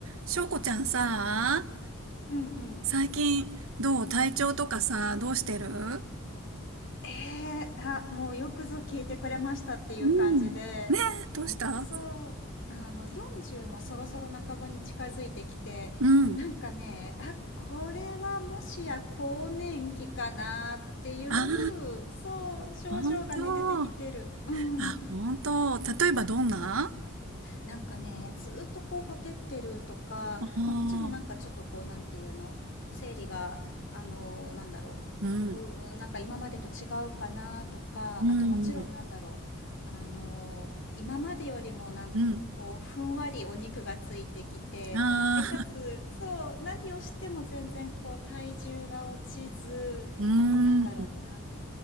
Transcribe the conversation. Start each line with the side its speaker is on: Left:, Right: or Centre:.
Right: しょうこちゃんさ、
Left: うんうん。
Right: 最近どう体調とかさ、どうしてる
Left: えーあ、もうよくぞ聞いてくれましたっていう感じで、
Right: うん。ねえ、どうした
Left: え、そう、あの、40もそろそろ半ばに近づいてきて、
Right: うん。
Left: なんかね、あ、これはもしや更年期かなっていう、
Right: あ
Left: そう、症状がね、
Right: あ、ほんと。
Left: 出てきてる。うん。
Right: あ、ほんと。例えばどんな
Left: なんかね、ずっとこう、ほてってるとか、
Right: ああ
Left: まあ、もちろんなんかちょっとこう、なんていうの、生理が、あの、なんだろう、
Right: うん、
Left: うーん、なんか今までと違うかなとか、
Right: うん、
Left: あともちろんなんだろう、
Right: うん、
Left: あの、今までよりもなんこう、
Right: うん。
Left: ふんわりお肉がついてきて、
Right: ああ、
Left: で、かつそう、何をしても全然こう、体重が落ちず、
Right: うん、
Left: あとなんだろうな、